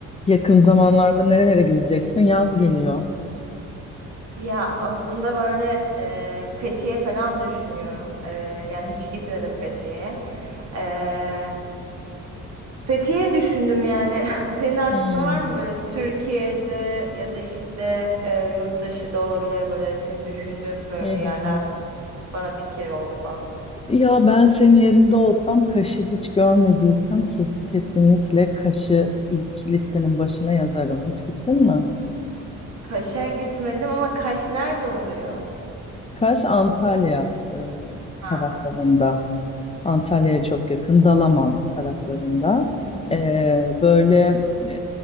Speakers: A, on the left; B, on the right.
A: Yakın zamanlarda nerelere gideceksin? Yaz geliyor.
B: Ya aslında böyle e, Fethiye falan düşünüyorum. E, yani hiç gitmedim Fethiye'ye. E, Fethiye düşündüm yani. <laughs> Senin aklında
A: Hmm.
B: var mı böyle Türkiye'de ya da işte e, yurt dışı da olabilir böyle senin düşündüğün böyle
A: Hı
B: yerler
A: hı.
B: bana fikir olsa.
A: Ya ben senin yerinde olsam Kaş'ı hiç görmediysem kes- kesinlikle Kaş'ı ilk listenin başına yazarım. Hiç gittin mi?
B: Kaş'a gitmedim ama Kaş nerede oluyor?
A: Kaş Antalya e,
B: Ha.
A: taraflarında. Antalya'ya çok yakın, Dalaman taraflarında.
B: Hı.
A: Ee, böyle e,